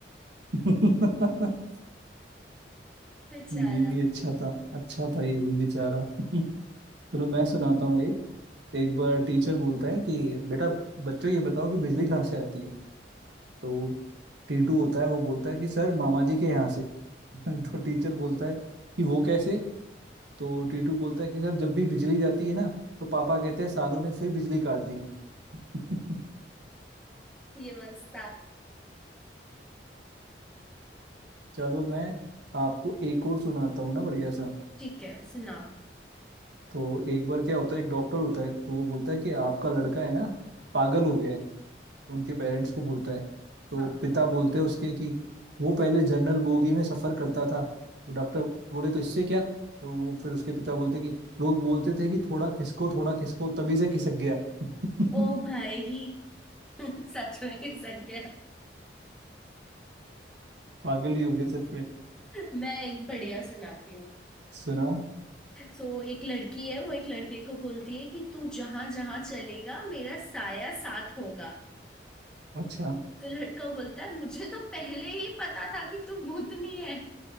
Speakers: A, on the right; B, in the centre.
A: <laughs>
B: <laughs> बेचारा
A: ये भी अच्छा था अच्छा था ये भी बेचारा <laughs> चलो मैं सुनाता हूँ एक एक बार टीचर बोलता है कि बेटा बच्चों ये बताओ कि बिजली कहाँ से आती है तो टीटू होता है वो बोलता है कि सर मामा जी के यहाँ से <laughs> तो टीचर बोलता है कि वो कैसे तो टीटू बोलता है कि सर जब भी बिजली जाती है ना तो पापा कहते हैं सालों ने फिर बिजली काट दी <laughs>
B: ये मस्त था
A: चलो मैं आपको एक और सुनाता हूँ ना बढ़िया सा
B: ठीक है सुनाओ
A: तो एक बार क्या होता है एक डॉक्टर होता है तो वो बोलता है कि आपका लड़का है ना पागल हो गया है उनके पेरेंट्स को बोलता है तो
B: हाँ
A: पिता बोलते हैं उसके कि वो पहले जनरल बोगी में सफर करता था तो डॉक्टर बोले तो इससे क्या तो वो फिर उसके पिता बोलते कि लोग बोलते थे कि थोड़ा खिसको थोड़ा खिसको तभी से खिसक गया <laughs>
B: ओ भाई <laughs> सच में सच गया
A: पागल ही हो गया सच में
B: मैं एक बढ़िया सुनाती हूँ
A: सुनाओ
B: सो एक लड़की है वो एक लड़के को बोलती है कि तू जहां जहां चलेगा मेरा साया साथ होगा
A: अच्छा
B: तो लड़का बोलता है मुझे तो पहले ही पता था कि तू भूतनी है